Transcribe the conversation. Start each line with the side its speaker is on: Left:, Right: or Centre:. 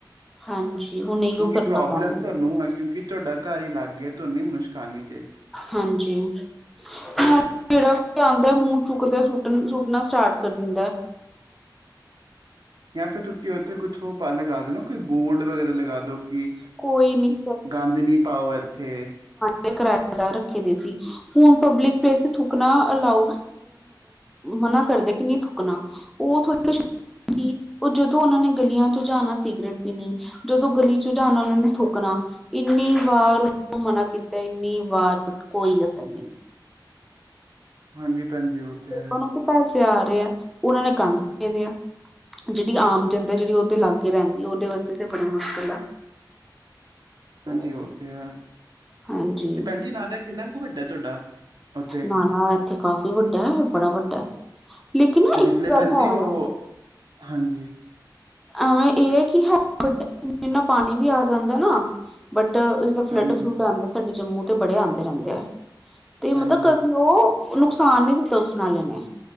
Centre: ਹਾਂਜੀ ਹੁਣ ਇਓ
Right: ਕਿਉਂਕਿ
Centre: ਕਰਨਾ
Right: ਪ੍ਰੋਬਲਮ
Centre: ਪੈਣਾ
Right: ਤੁਹਾਨੂੰ ਹੈ। ਕਿਉਂਕਿ ਤੁਹਾਡਾ ਘਰ ਈ ਲਾਗੇ ਆ ਤੁਹਾਨੂੰ ਈ ਮੁਸ਼ਕ ਆਉਣੀ ਜੇ।
Centre: ਹਾਂਜੀ। ਹਾਂ ਜਿਹੜਾ ਕੋਈ ਆਂਦਾ ਮੂੰਹ ਚੁੱਕ ਕੇ ਸੁੱਟ ਸੁੱਟਣਾ ਸਟਾਰਟ ਕਰ ਦਿੰਦਾ।
Right: ਯਾਂ ਫੇਰ ਤੁਸੀਂ ਉੱਥੇ ਕੁੱਛ ਉਹ ਲੱਗਾ ਦੇ ਨਾ ਕੋਈ ਬੋਰਡ ਵਗੈਰਾ ਲਗਾ ਦੋ। ਕਿ
Centre: ਕੋਈ ਨੀ
Right: ਗੰਦ ਨੀ ਪਾਓ ਇੱਥੇ।
Centre: ਤੇ ਕਰਾਈਕਾ ਰੱਖੀ ਦੀ ਸੀ। ਹੁਣ ਪਬਲਿਕ ਪਲੇਸ ਤੇ ਥੁੱਕਣਾ ਅਲਾਓ ਮਨਾ ਕਰਦੇ ਕਿ ਨਹੀਂ ਥੁੱਕਣਾ ਉਹ ਥੋੜੀ ਜੀ ਉਹ ਜਦੋਂ ਉਹਨਾਂ ਨੇ ਗਲੀਆਂ ਚ ਜਾਣਾ ਸਿਗਰਟ ਪੀਣੀ ਜਦੋਂ ਗਲੀ ਸੁਜਾਨਾ ਉਹਨਾਂ ਨੇ ਥੁਕਣਾ ਇੰਨੀ ਵਾਰ ਉਹਨਾ ਨੂੰ ਮਨਾ ਕੀਤਾ, ਇੰਨੀ ਵਾਰ ਬਟ ਕੋਈ ਅਸਰ ਨਹੀਂ।
Right: ਹਾਂਜੀ ਭੈਣ ਜੀ ਉਹ ਤੇ
Centre: ਲੋਕ
Right: ਹੈ
Centre: ਨੂੰ ਤੇ ਪੈਸੇ ਆ ਰਹੇ ਆ ਉਹਨਾਂ ਨੇ ਗੰਦ ਪਏ ਦੇ ਆ ਜਿਹੜੀ ਆਮ ਜਨਤਾ ਜਿਹੜੀ ਉਹਦੇ ਲਾਗੇ ਰਹਿੰਦੀ ਹੈ ਉਹਦੇ ਵਾਸਤੇ ਤਾਂ ਬੜੀ ਮੁਸ਼ਕਿਲ ਆ
Right: ਹਾਂਜੀ ਉਹ ਤੇ ਆ
Centre: ਹਾਂਜੀ
Right: ਤੇ ਭੈਣ ਜੀ ਨਾਨਕ ਕਿੰਨਾ ਵੱਡਾ ਤੁਹਾਡਾ ਉੱਥੇ
Centre: ਨਾ ਨਾ ਇੱਥੇ ਕਾਫ਼ੀ ਵੱਡਾ ਹੈ ਬੜਾ ਵੱਡਾ ਹੈ ਲੇਕਿਨ ਨਾ
Right: ਤੇ ਜਿਸਲੇ
Centre: ਇੱਕ ਗੱਲ
Right: ਭੈਣ ਜੀ
Centre: ਹਾਂ।
Right: ਉਹ ਹਾਂਜੀ
Centre: ਐਵੇਂ ਇਹ ਹੈ ਕਿ ਹੈ ਵੱਡਾ ਇਨਾ ਪਾਣੀ ਵੀ ਆ ਜਾਂਦਾ ਨਾ ਬਟ ਫਲੱਡ
Right: ਹਾਂਜੀ
Centre: ਫਲੂਡ ਆਉਂਦੇ ਸਾਡੇ ਜੰਮੂ ਤੇ ਬੜੇ ਆਉਂਦੇ ਰਹਿੰਦੇ ਆ ਤੇ ਮਤਲਬ
Right: ਹਾਂਜੀ
Centre: ਕਦੀ ਉਹ ਨੁਕਸਾਨ ਨੀ ਦਿੱਤਾ ਉਸ ਨਾਲੇ ਨੇ